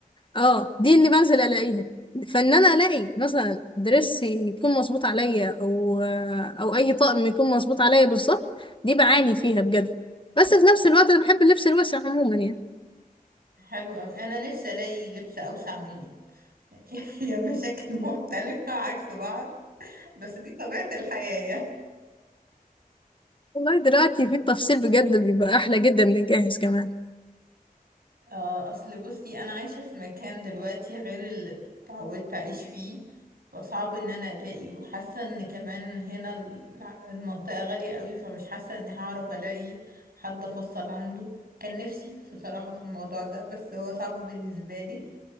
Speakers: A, on the left (about 35°); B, on the right (about 75°).
A: اه دي اللي بنزل الاقيها فان انا الاقي مثلا درس يكون مظبوط عليا او آه، او اي طقم يكون مظبوط عليا بالظبط دي بعاني فيها بجد بس في نفس الوقت انا بحب اللبس الواسع عموما يعني
B: حلو قوي انا نفسي الاقي لبس اوسع مني يعني <laughs> هي مشاكل مختلفة عكس بعض بس دي طبيعة الحياة
A: والله دلوقتي في التفصيل بجد بيبقى احلى جدا من الجاهز كمان
B: آه، أصل بصي أنا عايشة في مكان دلوقتي غير اللي اتعودت أعيش فيه فصعب إن أنا ألاقي وحاسة إن كمان هنا الع- المنطقة غالية قوي فمش حاسة إني هعرف ألاقي حد أفصل عنده كان نفسي بصراحة في الموضوع ده بس هو صعب بالنسبة لي